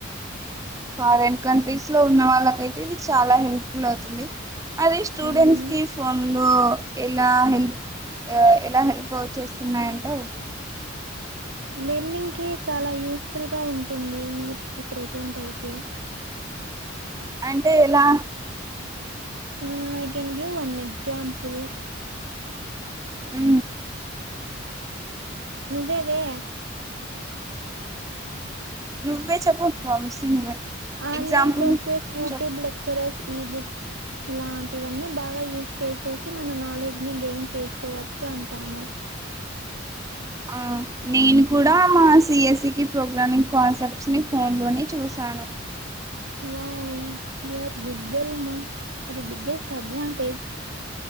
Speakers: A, on the right (about 15°); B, on the right (about 65°).
A: ఫారెన్ కంట్రీస్ లో ఉన్న వాళ్ళకైతే ఇది చాలా హెల్ప్ఫుల్ అవుతుంది అదే స్టూడెంట్స్
B: అవును.
A: కి ఫోన్ లో ఎలా హెల్ ఎలా హెల్ప్ చేస్తున్నాయంటో
B: లెర్నింగ్ కి చాలా యూస్ఫుల్ గా ఉంటుంది యూత్ కి ప్రెజెంట్ అయితే
A: అంటే ఎలా
B: ఉ అయితే ఇంగే వన్ ఎక్సాంపుల్
A: ఉ
B: నువ్వే వే
A: నువ్వే చెప్పు వంశీ నువ్వే
B: ఆన్లైన్
A: ఎగ్జాంపుల్
B: కోర్సెస్, యూట్యూబ్,
A: చెప్
B: లెక్చరర్స్, ఈబుక్స్ ఇలాంటివన్నీ బాగా యూస్ చేసేసి మన నాలెడ్జ్ ని గెయిన్ చేసుకోవచ్చు అంటాను.
A: ఆ నేను కూడా మా సిఎస్ఈకి ప్రోగ్రామింగ్ కాన్సెప్ట్స్ని ఫోన్లోనే చూశాను.
B: Wow you are good girl మా అది బిగ్గెస్ట్ అడ్వాంటేజ్.